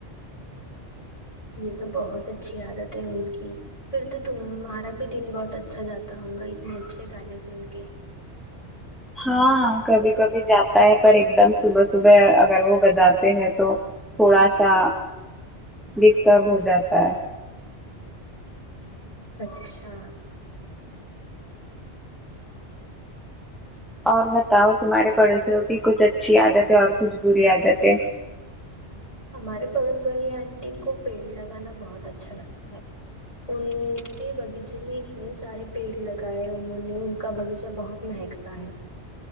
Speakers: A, on the left (about 25°); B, in the centre.
A: یہ تو بہت اچھی عادت ہے ان کی پھر تو تمہارا بھی دن بہت اچھا جاتا ہوگا اتنے اچھے گانے سن کے
B: ہاں ہاں کبھی کبھی جاتا ہے پر ایک دم صبح صبح اگر وہ بجات ہے تو تھوڑا سا ڈسٹرب ہو جاتا ہے
A: اچھا
B: اور بتاؤ تمہارے پڑوسیوں کی کچھ اچھی عادت ہے اور کچھ بری عادت ہے
A: ہمارے پڑوس والی آنٹی کو پیڑ لگانا بہت اچھا لگتا ہے ان کے باغیچے میں اتنے سارے پیڑ لگائے ان ھوں نے ان کا باغیچہ بہت مہکتا ہے